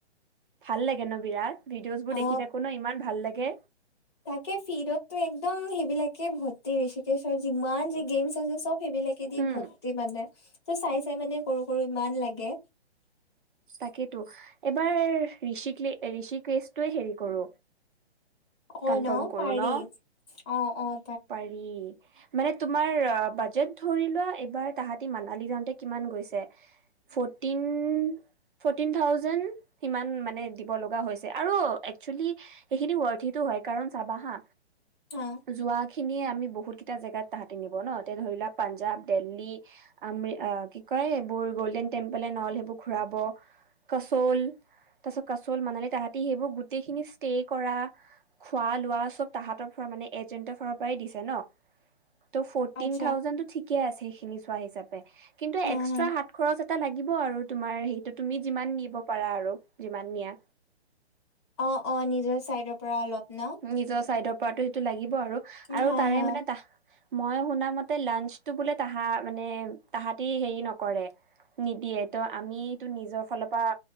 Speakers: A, on the right; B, on the left.
A: ভাল লাগে ন বিৰাট। ভিডিঅ'জ বোৰ
B: অ
A: দেখি থাকো ন ইমান ভাল লাগে
B: তাকে ফিৰতটো একদম। সেইবিলাকে ভৰ্তি ঋষিকেশৰ যিমান যি গেমচ আছে চব সেইবিলাকে দি
A: উম
B: ভৰ্তি মানে। ত চাই চাই মানে কৰো কৰো ইমান লাগে।
A: তাকেইেতো এবাৰ ঋষিক ঋষিকেশটোয়ে হেৰি কৰো।
B: অ',
A: কনফৰ্ম
B: ন
A: কৰো
B: পাৰি
A: ন
B: অ', অ',
A: পাৰি। মানে তোমাৰ বাজেট ধৰি লোৱা এইবাৰ তাহাতি মানালী যাওঁতে কিমান গৈছে। ফৰটিন। ফৰটিন থাউজেণ্ড সিমান মানে দিব লগা হৈছে আৰু একচলি সেইখিনি উঅৰথি। হয়তো হয় কাৰণ চাবা হা
B: হা
A: যোৱা। খিনিয়ে আমি বহুত কেইটা জেগাত তাহাঁতি নিব ন এতিয়া ধৰি লোৱা পাঞ্জাৱ দিল্লী আম কি ক। কয় এইবোৰ গ'ল্ডেন টেম্পোল এনল সেইবোৰ ঘুৰাব। কাচল তাৰপিছত কাচল মানে তাহাঁতি সেইবোৰ গোটেইখিনি ষ্টে কৰা। খোৱা লোৱা চব তাহাঁতৰ ফ মানে এজেন্টৰ ফালৰ পৰাই দিছে ন। ত ফিন
B: আচ্ছা
A: থাউজেণ্ড ঠিকে আছে সেইখিনি চোৱা হিচাপে কিন্তু
B: হা
A: এক্সাত
B: হা।
A: হাত খৰচ। এটা লাগিব আৰু তোমাৰ সেইটো তুমি যিমান নিব পাৰা আৰু যিমান নিয়া।
B: অ অ নিজৰ চাইডৰ পৰা অলপ। ন
A: নিজৰ চাইডৰ পৰাটো সেইটো লাগিব আৰু আৰু
B: হা
A: তাৰে
B: হা
A: মানে তাহ। মই শুনা মতে লাঞ্চটো বোলে তাহা মানে তাহাঁতি হেৰি নকৰে। নিদিয়ে ত' আমিটো নিজৰ ফালৰ পৰা